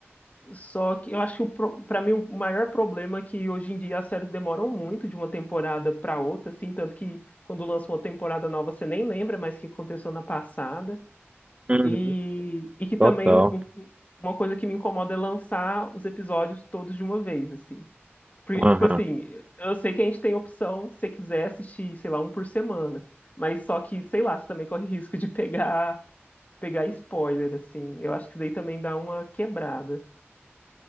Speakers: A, on the left; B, on the right.
A: só que eu acho que o pro- pra mim o maior problema é que hoje em dia as séries demoram muito de uma temporada pra outra, assim, tanto que quando lança uma temporada nova você nem lembra mais o que aconteceu na passada,
B: Uhum.
A: e, e que também
B: Total.
A: um- uma coisa que me incomoda é lançar os episódios todos de uma vez, assim. Porque,
B: Aham.
A: tipo assim, eu sei que a gente tem opção se você quiser assistir, sei lá, um por semana. Mas só que, sei lá, você também corre <laughs> risco de pegar, pegar spoiler, assim. Eu acho que isso daí também dá uma quebrada.